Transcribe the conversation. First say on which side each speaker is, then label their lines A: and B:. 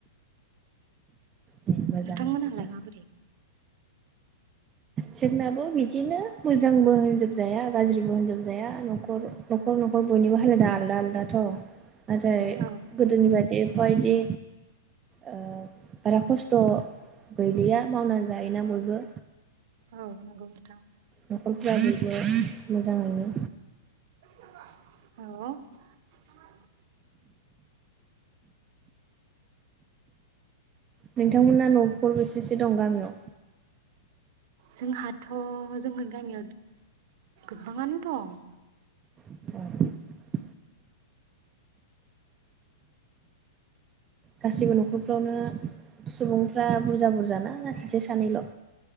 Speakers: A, on the right; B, on the right.
A: दे मोजां
B: नोंथांमोनहालाय
A: बिदिब्ला
B: माबोरै?
A: जोंनाबो बिदिनो मोजांबो होनजोबजाया गाज्रिबो होनजोबजाया न'खर न'खर न'खर बयनिबो हालोदा आलदा आलदाथ' नाथाय
B: औ
A: गोदोनि बायदि बेबायदि ओ बारा खस्थ' गैलिया मावनानै जायोना बयबो
B: औ नंगौ नोंथां
A: न'खरफ्रा बयबो मोजाङैनो
B: औ
A: नोंथांमोना न'खर बेसेसो दं गामियाव
B: जोंहाथ' जोंनि गामियाव गोबाङानो दं
A: औ गासिबो न'खरफ्रावनो सुबुं टं बुरजा बुरजा ना सासे सानैल'